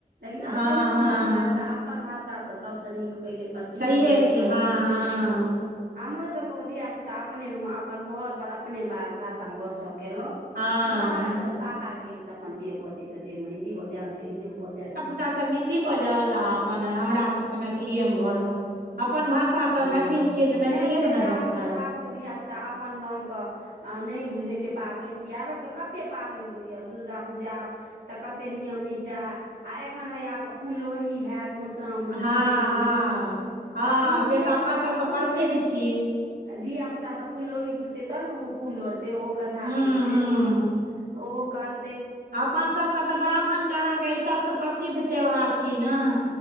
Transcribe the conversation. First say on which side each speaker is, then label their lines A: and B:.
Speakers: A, on the right (about 80°); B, on the right (about 70°).
A: की
B: हँ
A: अपनो
B: हँ
A: भाषा अपन भाषा तऽ सभसँ नीक पहिले प्रसिद्ध
B: छैहे
A: यए जे अपन
B: की हँ
A: भाषा
B: हँ
A: हमरो सबके धियापुता अपने मे अपन घर पर अपने भाषा मे गपशप केलहुं
B: हँ
A: बाहर बाहर गेल तऽ अपन जे बजैके जेमे हिन्दी बजै इंग्लिश बजै
B: बा सब हिन्दी बाजल आ अपन हमरा सब मैथिली मे घर मे अपन भाषा तऽ
A: हँ
B: मैथिल छियै तऽ मैथिले
A: नहि बुझल
B: मे ने
A: आब
B: बजतै
A: आबक धियापुता अपन गामके नहि बुझैत छियै पाबनि तिहार हमरा सभके कतेक पाबनि होइए दुर्गा पूजा तऽ कते नियम निष्ठटा आ एखन हे अहाँ के फूल लोढ़ी हेत मधुश्रावणी
B: हँ
A: पंचमी
B: हँ हँ
A: तऽ आब ई
B: से
A: धिया
B: तऽ अपन
A: पुता
B: सबके
A: सब बुझिते
B: प्रसिद्ध छी
A: धिया पुतासँ सभ फूल लोढ़ी बुझतै तब ने ओहो फूल लोढ़तै ओहो कथा
B: हूँ
A: सुनतै
B: हूँ
A: ओहो ओहो कर
B: अपन सभके तऽ ब्राह्मणके अहाँके ई सभसँ प्रसिद्ध त्यौहार छी ने